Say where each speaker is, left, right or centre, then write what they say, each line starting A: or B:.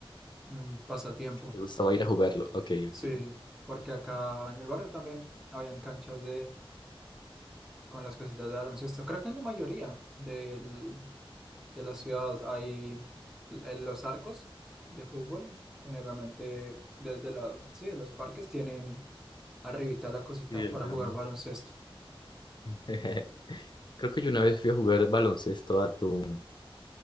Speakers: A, in the centre; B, on the left.
A: mm, pasatiempo,
B: ¿Te gustaba ir a jugarlo? Ok,
A: sí,
B: ok.
A: porque acá en el barrio también habían canchas con las casitas de baloncesto. Creo que en la mayoría del- de la ciudad hay en los arcos de fútbol. Generalmente, de, de la- sí, de los parques tienen arribita la cosita
B: Y el
A: para
B: de-
A: jugar baloncesto.
B: <laughs> Creo que yo una vez fui a jugar baloncesto a tu,